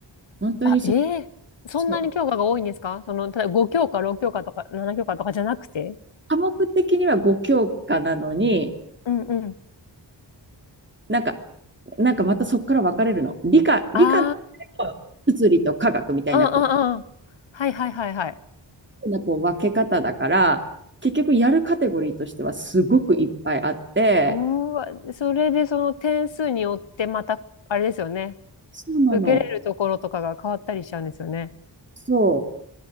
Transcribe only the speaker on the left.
あ、ええそんなに教科が多いんですかその、
ただ5教科、6教科とか7教科とかじゃなくて
うんうん。
あ
あ、うんうんうん。はいはいはいはい。
うーわ、それでその点数によってまた、あれですよね。
受けれるところとかが変わったりしちゃうんですよね。